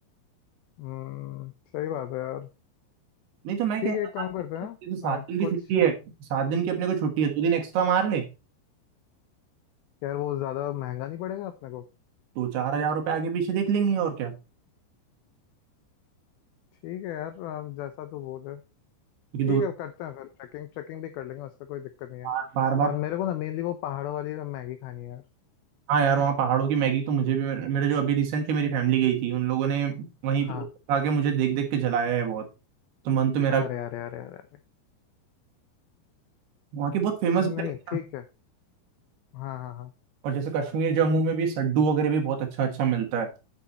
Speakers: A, on the left (about 85°); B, on the right (about 70°).
A: हम्म सही बात है यार
B: नहीं तो मैं
A: ठीक
B: कह रहा
A: है एक काम
B: था कि
A: करते हैं
B: जैसे सात
A: अ,
B: दिन की
A: कुछ
B: छुट्टी है सात दिन की अपने को छुट्टी है दो दिन एक्स्ट्रा मार ले
A: यार वो ज़्यादा महंगा नहीं पड़ेगा अपने को
B: तो चार हजार रुपये आगे पीछे देख लेंगे और क्या
A: ठीक है यार अ, जैसा तू बोले
B: क्योंकि
A: ठीक
B: दो
A: है करते हैं फिर ट्रैकिंग ट्रैकिंग भी कर लेंगे उसका कोई दिक्कत नहीं है
B: बार बार
A: और
B: बार
A: मेरे को ना मेनली वो पहाड़ों वाली मैगी खानी है यार
B: हाँ यार वहाँ पहाड़ों की मैगी तो मुझे भी मेरे मेरे जो अभी रिसेंटली मेरी फैमिली गई थी उन लोगों ने वहीं
A: हाँ
B: पे खा के मुझे देख देख के जलाया है बहुत तो मन तो मेरा
A: अरे
B: भी-
A: अरे अरे अरे अरे
B: वहाँ की बहुत फेमस
A: नहीं
B: भी है
A: ठीक
B: ना।
A: है हाँ हाँ हाँ
B: और जैसे कश्मीर जम्मू में भी सड्डू वगैरह भी बहुत अच्छा अच्छा मिलता है